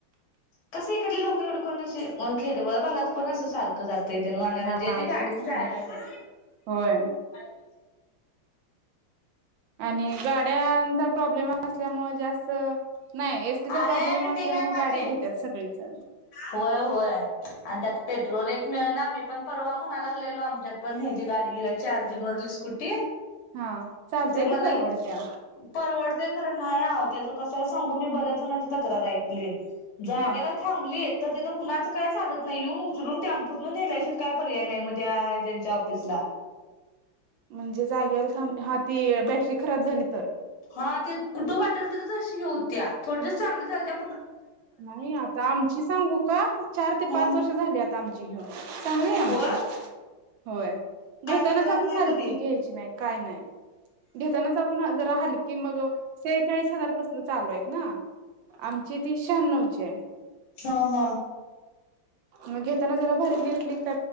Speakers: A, on the left; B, on the right.
A: कस इकडली लोकं प एवढ कोण असे ओळखियत भागात कोण असं सारखं जात. ते तेन
B: हा
A: <unintelligible> जे ते <unintelligible> जायाय
B: तेच की
A: लागलय.
B: होय
A: <inaudible>
B: आणि गाड्यांचा प्रॉब्लेम आ असल्यामुळ जास्त नाही एसटीचा
A: अरे
B: प्रॉब्लेम
A: मिटिंग
B: असल्यामुळे
A: आय माझी.
B: गाड्या घेत्यात सगळेजण
A: होय होय आण त्यात, पेट्रोल एक मिळणा, आम्ही पण परवा म्हणा लागलेलो आमच्यात पण, हेजी गाडी घेवूया चार- <unintelligible> मरली स्कुटी.
B: हा चालतय
A: ते मलाई
B: की परवडत्या
A: परवडतय खरं नाही आवो तेज कसं हाय सांगु मी बऱ्याच, कोनाची तक्रार ऐकली? जाग्याला
B: हा
A: थांबली तर तिथ, कुणाच काय चालत नाही. येऊन उचलून टॅम्पूत न नेल्याशीवाय काय पर्याय नाही मग त्या त्यांच्या ऑफिसला.
B: म्हणजे जागेला थांब हा ती बॅटरी खराब झाली. तर.
A: हा ते कुठं वाटेल तरच अशी होऊत्या थोड चांगली झालत्या
B: नाही आता आमची सांगू का चार ते
A: हा
B: पाच वर्ष झाली आता आमची घेऊन चांगय आमची.
A: होय
B: होय घेतानाच
A: काय तक्रार
B: आपण
A: नाही
B: हलकी
A: कधी.
B: घ्यायची नाही काय नाही घेतानाच आपण जरा हलकी मग शेचाळीस हजार पासून चालू आहेत ना आमची ती शाहनउची हाय.
A: हा हा
B: मग घेताना जरा भारीतली घतली